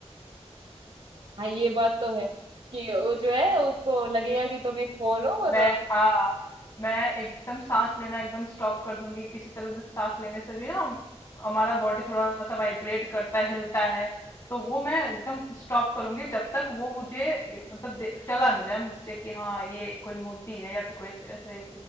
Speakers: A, on the right (about 50°); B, on the left (about 30°).
A: हाँ ये बात तो है कि वो जो है उसको लगेगा कि तुम एक फॉल हो और
B: मैं हाँ मैं एकदम सांस लेना एकदम स्टॉप कर दूंगी किसी तरह से सांस लेने से भी ना हम- हमारा बॉडी थोड़ा सा वाइब्रेट करता है हिलता है तो वो मैं एकदम स्टॉप करूंगी जब तक वो मुझे ये, मतलब दे- चला ना जाए मुझसे कि हाँ ये कोई मूर्ति है या फिर कोई ऐसे ऐसे